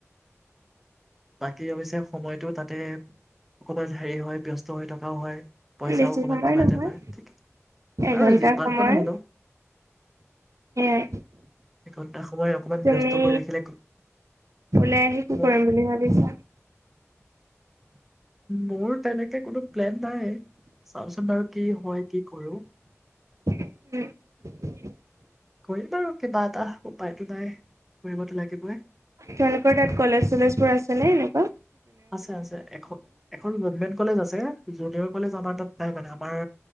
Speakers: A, in the centre; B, on the right (about 80°).
A: বাকী অৱশ্যে সময়টো তাতে অকমান হেৰি হয় ব্যস্ত হৈ থকাও হয় পইচাও
B: বেছি
A: অকণমান
B: সময়
A: কিবা
B: নহয়
A: এটা পায় ঠিকে
B: এঘন্টা
A: বাৰু যিমান
B: সময়
A: কণে হ'লেও
B: সেয়াই
A: এঘণ্টা সময় অকণমান
B: তুমি
A: ব্যস্ত কৰি ৰাখিলে
B: ওলাই আহি কি
A: ম
B: কৰিম বুলি ভাবিছা
A: মোৰ তেনেকে কোনো প্লেন নাই চাওঁচোন বাৰু কি হয় কি কৰো
B: উম
A: কৰিম আৰু কিবা এটা উপায়তো নাই কৰিবতো লাগিবই
B: তোমালোকৰ তাত কলেজ চলেজ বোৰ আছে নে এনেকোৱা
A: আছে আছে এখ এখন গভমেন্ট কলেজ আছে জুনিয়ৰ কলেজ আমাৰ তাত নাই মানে আমাৰ